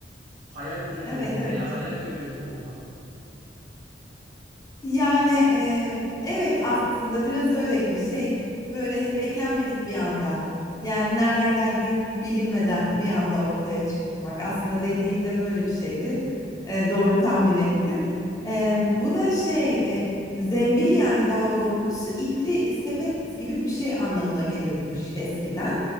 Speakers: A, on the right; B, on the left.
A: hayal ürünü
B: Evet,
A: veya
B: evet.
A: hayal görüyor gibi olmak mı?
B: Yani e, evet aslında biraz öyle gibi şey böyle beklenmedik bir anda yani nereden geldiği bilinmeden bir anda ortaya çıkmak aslında dediğinde böyle bir şeydi E, doğru tahmin ettin E, bu da şey e, zembil yani daha doğrusu ipli sepet gibi bir şey anlamına gelirmiş eskiden